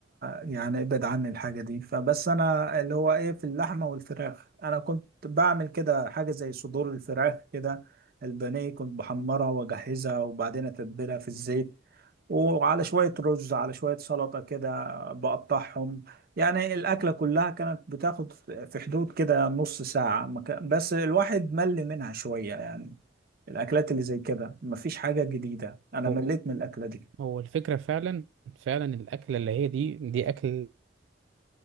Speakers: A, on the right (about 55°); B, on the right (about 80°).
A: يعني ابعد عني الحاجه دي فبس انا اللي هو ايه في اللحمه والفراخ انا كنت بعمل كده حاجه زي صدور الفراخ كده البانيه كنت بحمرها واجهزها وبعدين اتبلها في الزيت وعلى شويه رز على شويه سلطه كده بقطعهم يعني الاكله كلها كانت بتاخد في حدود كده نص ساعه ما كان- بس الواحد مل منها شويه يعني الاكلات اللي زي كده مفيش حاجه جديده انا
B: هو
A: مليت من الاكله دي
B: هو الفكرة فعلا فعلا الأكلة اللي هي دي دي أكل